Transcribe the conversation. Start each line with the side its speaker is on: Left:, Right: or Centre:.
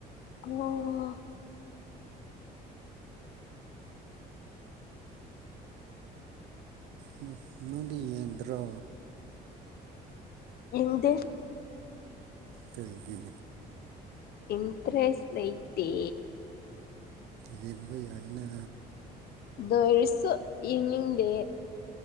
Left: ꯑꯣ
Right: ꯎꯝ ꯅꯗꯤ ꯌꯦꯟꯗ꯭ꯔꯣ
Left: ꯎꯝꯝ ꯍꯗꯦ
Right: ꯀꯩꯒꯤ
Left: ꯏꯟꯇ꯭ꯔꯦꯁ ꯂꯩꯛꯇ ꯗꯦ
Right: ꯌꯦꯡꯕ ꯌꯥꯏꯅ
Left: ꯑꯗꯨ ꯑꯣꯏꯔꯁꯨ ꯌꯦꯡꯅꯤꯡꯗꯦ